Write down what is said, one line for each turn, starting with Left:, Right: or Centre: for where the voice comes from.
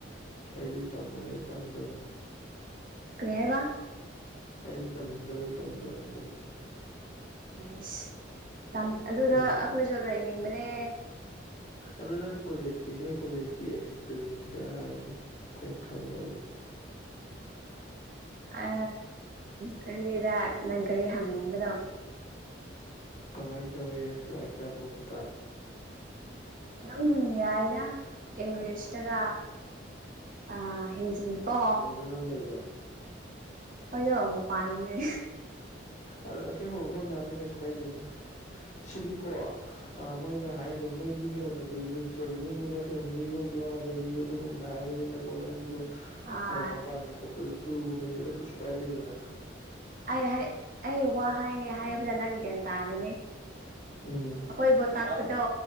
Left: ꯑꯩꯗꯤ ꯇꯝꯃꯣꯏꯅ ꯇꯝꯗꯕꯅꯦ
Right: ꯀ꯭ꯔꯤ ꯍꯥꯢꯕ
Left: ꯑꯩꯗꯤ ꯇꯝꯅꯤꯡꯗꯕꯩ ꯇꯝꯗꯕꯅꯦꯕ
Right: ꯏꯠ ꯇꯝ ꯑꯗꯨꯗ
Left: ꯃꯄꯥ
Right: ꯑꯩꯈꯣꯏꯁꯨ ꯂꯩꯅꯤꯡꯕꯅꯦ
Left: ꯑꯗꯣ ꯅꯪ ꯀꯣꯂꯦꯖꯀꯤ ꯅꯣꯏ ꯀꯣꯂꯦꯖꯀꯤ ꯑꯦꯛꯁꯄꯤꯔꯤꯌꯦꯟꯁ ꯈꯔ ꯍꯥꯏꯌꯣꯅꯦ ꯑꯩꯈꯣꯏꯅ ꯈꯪꯗꯕ <unintelligible>
Right: ꯑ ꯈꯪꯗꯦꯗ ꯅꯪ ꯀꯔꯤ ꯍꯪꯅꯤꯡꯕꯅꯣ
Left: ꯀꯃꯥꯏ ꯇꯧꯏ ꯂꯥꯏꯔꯤꯛ ꯇꯥꯛꯄ ꯈꯨꯠꯇꯥꯛ
Right: ꯅꯪ ꯌꯥꯏꯗ ꯏꯪꯂꯤꯁꯇꯒ ꯑ ꯍꯤꯟꯗꯤꯀꯣ
Left: <inaudible>
Right: ꯈꯣꯏꯗꯣ ꯃꯄꯥꯜꯗꯅꯦ
Left: ꯑꯗꯣ ꯑꯁꯦꯡꯕ ꯃꯐꯝꯗꯣ ꯍꯥꯏꯕꯗ ꯀꯩꯁꯨ ꯀꯥꯏꯗꯦꯅꯦ ꯁꯤꯗꯤꯀꯣ ꯑ ꯃꯣꯏꯅ ꯍꯥꯏꯗꯣ ꯃꯣꯏꯒꯤ ꯀꯩꯅꯣꯗ ꯄꯤꯕꯗ ꯇ꯭ꯔꯦꯕꯦꯂꯤꯡꯒꯨꯝꯕ ꯐꯦꯃꯤꯂꯤꯒꯨꯝꯕ ꯑꯗꯒꯤ ꯑꯗꯨꯒꯨꯝꯕꯗ ꯍꯥꯏꯕꯅꯤꯅꯀꯣ ꯅꯪꯒꯤꯗꯣ
Right: ꯑꯩ
Left: ꯃꯄꯥꯟꯗ ꯆꯠꯄꯗ ꯇꯨꯔꯒꯨꯝꯕꯅꯤ ꯑꯗꯨ ꯀꯩꯁꯨ ꯀꯥꯏꯗꯦꯗꯅ
Right: ꯑꯩ ꯍꯩ ꯑꯩ ꯋꯥ ꯍꯥꯏꯒꯦ ꯍꯥꯏꯕꯗ ꯅꯪ ꯒ꯭ꯌꯥꯟ ꯇꯥꯒꯅꯤ
Left: ꯎꯝ
Right: ꯑꯩꯈꯣꯏꯕꯨ ꯇꯥꯛꯄꯗꯣ